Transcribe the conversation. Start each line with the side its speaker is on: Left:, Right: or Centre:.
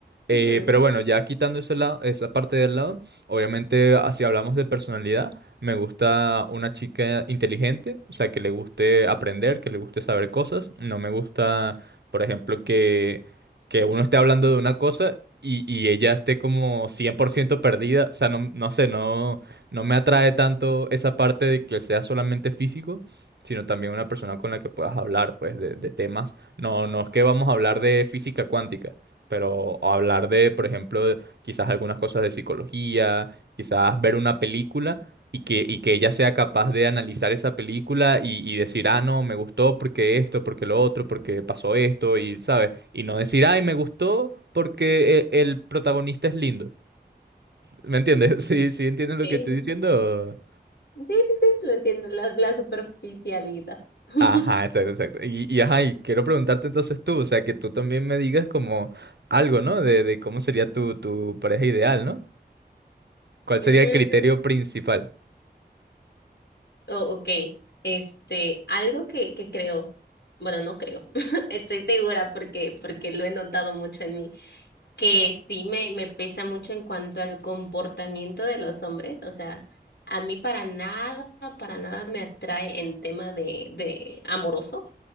Right: Eh,
Left: ujú.
Right: pero bueno, ya quitando ese lado, esa parte del lado, obviamente, ah, si hablamos de personalidad, me gusta una chica inteligente, o sea, que le guste aprender, que le guste saber cosas. No me gusta, por ejemplo, que que uno esté hablando de una cosa y, y ella esté como 100% perdida. O sea, no, no sé, no, no me atrae tanto esa parte de que sea solamente físico, sino también una persona con la que puedas hablar, pues, de, de temas. No, no es que vamos a hablar de física cuántica, pero hablar de, por ejemplo, de quizás algunas cosas de psicología, quizás ver una película y que, y que ella sea capaz de analizar esa película y, y decir, ah, no, me gustó porque esto, porque lo otro, porque pasó esto, y, ¿sabes? Y no decir, ay, me gustó porque e- el, protagonista es lindo. ¿Me entiendes? <laughs> Sí, sí, ¿entiendes lo
Left: Sí,
Right: que estoy diciendo?
Left: sí, sí, sí, lo entiendo, la, la superficialidad. <laughs>
Right: Ajá, exacto, exacto. Y, y, ajá, y quiero preguntarte entonces tú, o sea, que tú también me digas como algo, ¿no? De, de cómo sería tu, tu pareja ideal, ¿no? ¿Cuál
Left: Mm,
Right: sería el criterio principal?
Left: Oh, ok, este, algo que, que creo, bueno, no creo, <laughs> estoy segura porque, porque lo he notado mucho en mí. que sí me, me pesa mucho en cuanto al comportamiento de los hombres, o sea, a mí para nada, para nada me atrae en tema de, de amoroso